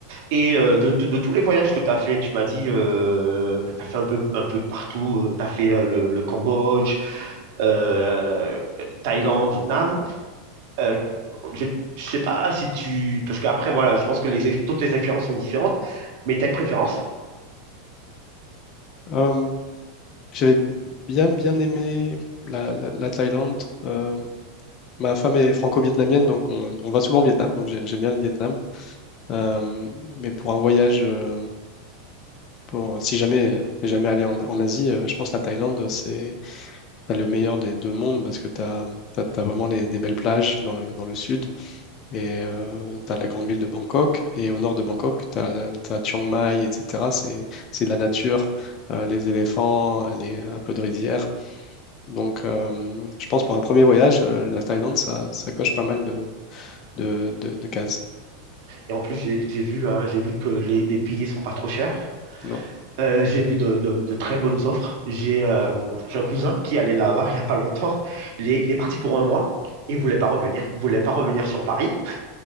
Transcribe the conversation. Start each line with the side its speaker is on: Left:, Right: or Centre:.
Right: Et euh, de, de- de tous les voyages que tu as fait, tu m'as dit euh, que tu as fait un peu, un peu partout. tu as fait euh, le, le Cambodge, euh, Thaïlande, Vietnam. Euh, je ne sais pas si tu... Parce qu'après, voilà, je pense que les, ex- toutes les expériences sont différentes, mais tu as une préférence?
Left: Euh, j'avais bien, bien aimé la, la- la Thaïlande. euh, Ma femme est franco-vietnamienne, donc on, on va souvent au Vietnam, donc j'ai- j'aime bien le Vietnam. Euh, mais pour un voyage, euh, pour, si jamais euh, t'es jamais allé en, en Asie, euh, je pense que la Thaïlande, c'est t'as le meilleur des deux mondes parce que t'as, t'as, t'as vraiment les, des belles plages dans le, dans le sud et euh, t'as la grande ville de Bangkok et au nord de Bangkok, t'as, la- t'as Chiang Mai, etc. C'est, c'est de la nature, euh, les éléphants, les, un peu de rizière. Donc euh, je pense pour un premier voyage, euh, la Thaïlande, ça, ça coche pas mal de de, de, de cases.
Right: Et en plus, j'ai j'ai vu, hein, j'ai vu que les, les billets sont pas trop chers.
Left: Non.
Right: Euh, j'ai vu de, de- de très bonnes offres. J'ai euh, j'ai un cousin qui allait là-bas il y a pas longtemps. Il est, il est parti pour un mois. Il voulait pas revenir. Il voulait pas revenir sur Paris.